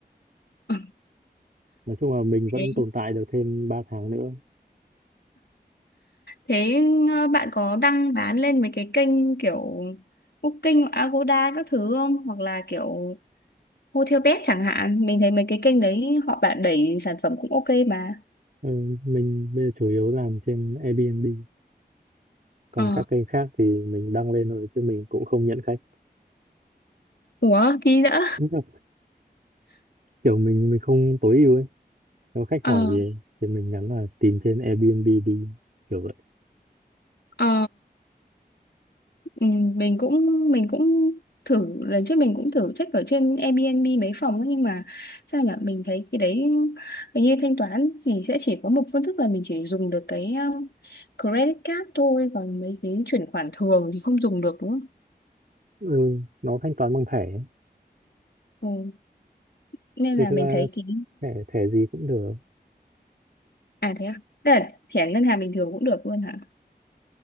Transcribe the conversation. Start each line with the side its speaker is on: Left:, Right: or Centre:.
Left: Ờ,
Right: nói chung là mình vẫn
Left: Thế,
Right: tồn tại được thêm 3 tháng nữa
Left: thế ờ, bạn có đăng bán lên mấy cái kênh kiểu Booking, Agoda các thứ không? Hoặc là kiểu Hotelbed chẳng hạn. Mình thấy mấy cái kênh đấy họ bạn đẩy sản phẩm cũng ok mà.
Right: ừ, mình bây giờ chủ yếu làm trên Airbnb còn
Left: Ờ,
Right: các kênh khác thì mình đăng lên rồi chứ mình cũng không nhận khách
Left: ủa, ký nữa.
Right: Đúng rồi. kiểu mình mình không tối ưu ấy nếu khách
Left: Ờ,
Right: hỏi gì ấy, thì mình nhắn là tìm trên Airbnb đi kiểu vậy
Left: ờ. Ừ, mình cũng mình cũng thử lần trước mình cũng thử check ở trên Airbnb mấy phòng ấy, nhưng mà sao nhỉ mình thấy cái đấy hình như thanh toán thì sẽ chỉ có một phương thức là mình chỉ dùng được cái um, credit card thôi còn mấy cái chuyển khoản thường thì không dùng được đúng không
Right: ừ, nó thanh toán bằng thẻ ấy.
Left: ừ. nên
Right: thì
Left: là
Right: thực
Left: mình
Right: ra
Left: thấy cái
Right: thẻ thẻ gì cũng được
Left: à thế à Tức là thẻ ngân hàng bình thường cũng được luôn hả